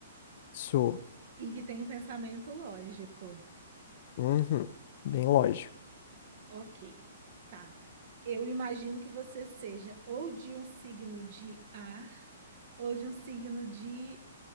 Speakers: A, on the left; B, on the right.
A: Sou.
B: e que tem um pensamento lógico.
A: Uhum. Bem lógico.
B: Ok, tá. Eu imagino que você seja ou de um signo de ar ou de um signo de